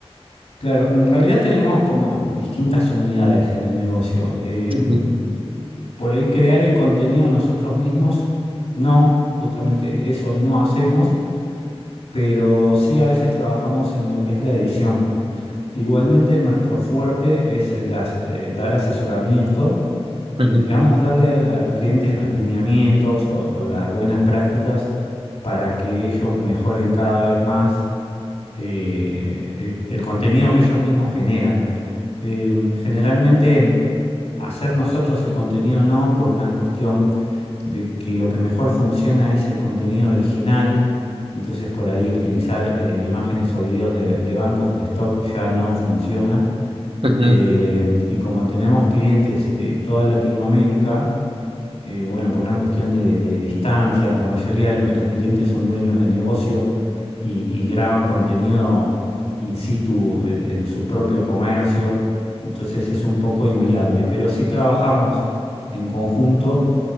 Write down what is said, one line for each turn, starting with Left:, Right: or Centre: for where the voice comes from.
Left: Claro, en realidad tenemos como distintas unidades en el negocio. Em,
Right: Ujú,
Left: por ahí crear el contenido nosotros mismos, no, justamente eso no hacemos. pero sí a veces trabajamos en lo que es la edición. Igualmente nuestro fuerte es el as- eh, dar asesoramiento, eh,
Right: ujú,
Left: digamos, darle al- a, los clientes los lineamientos o, o las buenas prácticas para que ellos mejoren cada vez más eh, el, el contenido que ellos mismos generan. Eh, generalmente hacer nosotros el contenido no, por una cuestión de que lo que mejor funciona es el contenido original. Entonces por ahí utilizar eh, imágenes o videos de, de bancos de stock ya no funciona.
Right: ujú,
Left: Eh, y como tenemos clientes de toda Latinoamérica, eh, bueno, por una cuestión de, de distancias, la mayoría de nuestros clientes son dueños de negocio y, y graban contenido in situ en, en su propio comercio, entonces es un poco inviable, pero sí trabajamos en conjunto